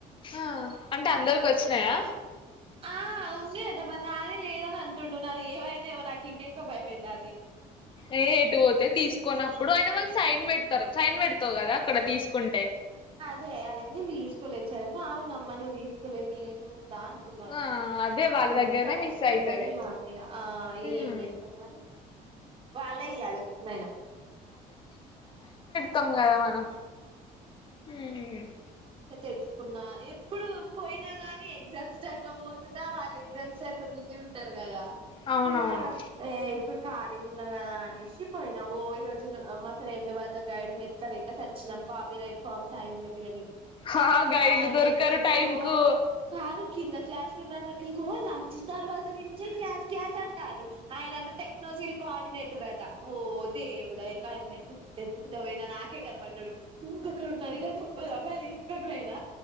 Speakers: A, on the left; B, on the right.
A: ఆహ్ అంటే అందరికి వచ్చినాయా
B: ఆహ్హ్హ్హ్ ఉంది అంట మరి నాది లేదని అంటుండు నాది ఏమై ఏమో నాకు ఇంకెక్కువ భయమయితాంది
A: ఏ ఇటు ఒతే తీసుకున్నప్పుడు అయిన వాళ్ళు సైన్ వెడ్తారు సైన్ వెడ్తావ్ కదా ఇక్కడ తీసుకుంటే
B: దే అదే నేన్ దీస్కొలేచ్చా అవున్నమ్ మర్ నువ్ దీస్కోలే నేనేగా తా అంటున్నారు
A: ఆ అదే వాళ్ళ
B: హ్మ్
A: దగ్గరనే
B: సరే
A: మిస్
B: తీయ్
A: అయితది
B: మీ మామ్నీ ఆహ్హ్ ఏం
A: ఉమ్
B: చేస్తాం మరి వాళ్ళే ఇయ్యాలి వచ్చిందైనా
A: కంగారే మేడం హ్మ్ స
B: ఇగ తెచ్చుకున్నా ఎప్పుడు పోయినా గాని ఎగ్జామ్స్ చ్చట్లో బోతుందా వాళ్ళు ఎగ్జామ్స్ టైమ్ లో బిజీ ఉంటార్ గదా
A: అవునవును
B: ఇగా ఏ ఇప్పుడు ఖాళీగా ఉన్నా గదా అనేస్. చ్చిపోయినా ఓ ఈ రోజు న అహ్ మా ఫ్రెండ్ వాళ్ళ గైడ్ ఎత్తలేక చచ్చినాం కాపీ రైట్ ఫామ్ సైన్ జేపియ్యనికి.
A: హా గైలు
B: ఆయన
A: దొరకరు
B: ఎటెటో
A: టైం కు
B: వెళ్ కాదు కింద క్లాస్లు లో ఉన్నట్ ఇగో లంచ్ తర్వాత నించే క్లాస్ క్లాస్ అంటారు ఆయనంట టెక్నోజీల్ కోఆర్డినేటర్ అట ఓహ్ దేవుడయ్ గాయనన్ వెతుకుంటు ఎతుకుతా బోయినా నాకే గనబడ్డడు ఊగక్కడున్నాయ్ గా దబ్బ దబ్బదీస్ రెండువేల